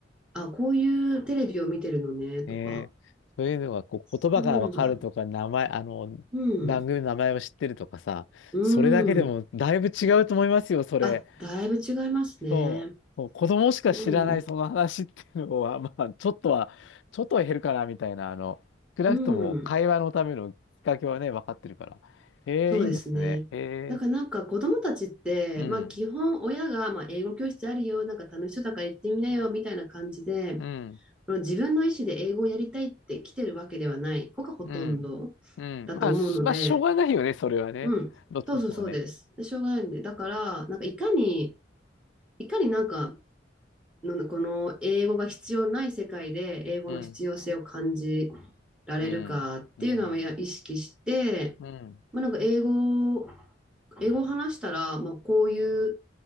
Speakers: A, in the centre; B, on the left (about 75°).
A: あ、こういうテレビを見てるのね、とか、
B: ねえ、そういうのがこう言葉がわかるとか、
A: そんなのが、
B: 名前、あの、
A: うん、
B: 番組の名前を知ってるとかさ、
A: うん。
B: それだけでもだいぶ違うと思いますよ、それ。
A: あ、だいぶ違いますね。
B: そう、そう子供しか知らないその話っていうのは、
A: うん、
B: <laughs> まあ、ちょっとは、ちょっとは減るかな、みたいな、あの、少なくとも会話のためのきっかけはね、
A: うん、
B: 分かってるから。ええ、
A: そうですね。
B: いいですね。ええ、
A: だからなんか子供たちって、
B: うん、
A: まあ基本親が、まあ、英語教室あるよ、なんか楽しそうだから行ってみなよ、みたいな感じで、
B: うん、
A: この自分の意思で英語をやりたいって来てるわけではない子がほとんどだと思うので、
B: うん、うん。まあ、しまあ、しょうがないよね、それはね。
A: うん、
B: どっちにしてもね。
A: そうそうそうです。しょうがないんで、だから、なんかいかに、いかになんかのこの英語が必要ない世界で英語の必要性を感じ
B: うん、
A: られるかっていうのはや意識して、
B: うん、うん、うん。
A: まあ、なんか英語を、英語を話したら、まあ、こういう